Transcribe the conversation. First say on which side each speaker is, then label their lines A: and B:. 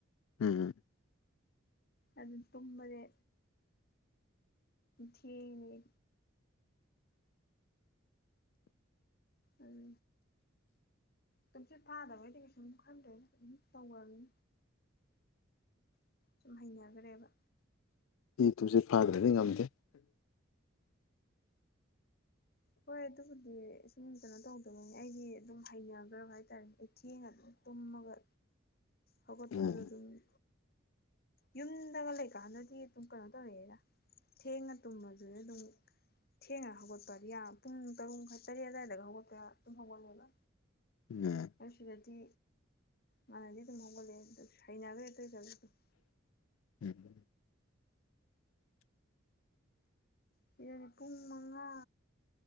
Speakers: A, on the left (about 85°); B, on the left (about 50°).
A: ꯎꯝꯝ
B: ꯑꯗꯨ ꯇꯨꯝꯕꯖꯦ ꯊꯦꯡꯉꯦ ꯎꯝ ꯇꯨꯝꯁꯤꯠ ꯐꯥꯗꯕꯩꯗꯤ ꯀꯩꯁꯨꯝ ꯈꯟꯗ꯭ꯔꯦ ꯑꯗꯨꯝ ꯇꯧꯔꯅꯤ ꯁꯨꯝ ꯍꯩꯅꯒ꯭ꯔꯦꯕ
A: ꯏ ꯇꯨꯁꯤꯠ ꯐꯥꯗ꯭ꯔꯗꯤ ꯉꯝꯗꯦ
B: ꯍꯣꯏ ꯑꯗꯨꯕꯨꯗꯤ ꯁꯨꯝ ꯀꯩꯅꯣ ꯇꯧꯗꯕꯅꯦ ꯑꯩꯗꯤ ꯑꯗꯨꯝ ꯍꯩꯅꯒ꯭ꯔꯕ ꯍꯥꯏꯇꯥꯔꯦ ꯑꯩ ꯊꯦꯡꯉ ꯇꯨꯝꯃꯒ ꯍꯒꯠꯄꯗꯨꯗꯨꯅꯤ
A: ꯎꯝ
B: ꯌꯨꯝꯗꯒ ꯂꯩꯀꯥꯟꯗꯗꯤ ꯑꯗꯨꯝ ꯀꯩꯅꯣ ꯇꯧꯔꯦꯑꯦꯗ ꯊꯦꯡꯅ ꯇꯨꯝꯃꯖꯨꯗꯤ ꯑꯗꯨꯝ ꯊꯦꯡꯉ ꯍꯧꯒꯠꯄꯗꯤ ꯌꯥ ꯄꯨꯡ ꯇꯔꯨꯨꯝ ꯃꯈꯥꯢ ꯇꯔꯦꯠ ꯑꯗꯥꯏꯗꯒ ꯍꯧꯒꯠꯄꯥ ꯌ ꯑꯗꯨꯝ ꯍꯧꯒꯠꯂꯦꯕ
A: ꯎꯝ
B: ꯑꯁꯤꯗꯗꯤ ꯃꯥꯥꯟꯅꯗꯤ ꯑꯗꯨꯝ ꯍꯧꯒꯠꯂꯦ ꯑꯗꯨꯗ ꯍꯩꯅꯒ꯭ꯔꯦ ꯑꯗꯨꯢ ꯇꯧꯗꯨꯢꯗꯣ
A: ꯎꯝ
B: ꯁꯤꯗꯅꯦ ꯄꯨꯡ ꯃꯉꯥ